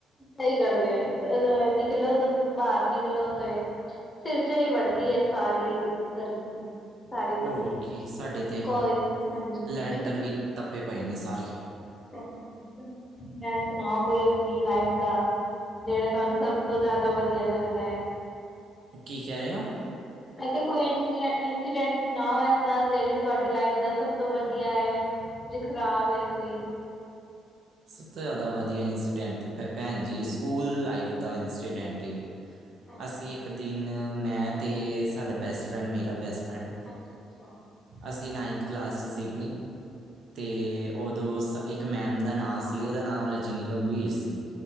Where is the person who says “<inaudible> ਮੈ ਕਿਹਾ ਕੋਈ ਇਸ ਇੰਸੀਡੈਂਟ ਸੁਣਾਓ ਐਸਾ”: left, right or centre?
Left